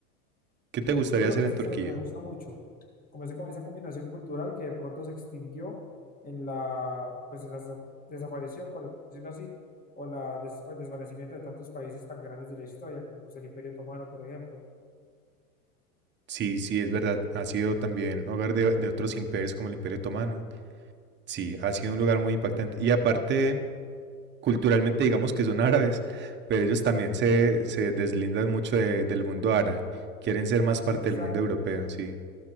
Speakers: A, on the right; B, on the left.
A: ¿Qué te gustaría
B: yo creo
A: hacer
B: que
A: en
B: es eso
A: Turquía?
B: lo que me gusta mucho, como ese, como esa combinación cultural que de pronto se extinguió en la, pues en la desa- desaparición, por decirlo así, o, la des- o el desvanecimiento de tantos países tan grandes de la historia, como pues el Imperio Otomano, por ejemplo.
A: Sí, sí, es verdad, ha sido también hogar de, de otros imperios como el Imperio Otomano. Sí, ha sido un lugar muy impactante. Y aparte, culturalmente digamos que son árabes, pero ellos también se, se deslindan mucho de- del mundo árabe. Quieren ser más parte
B: Exacto.
A: del mundo europeo, sí.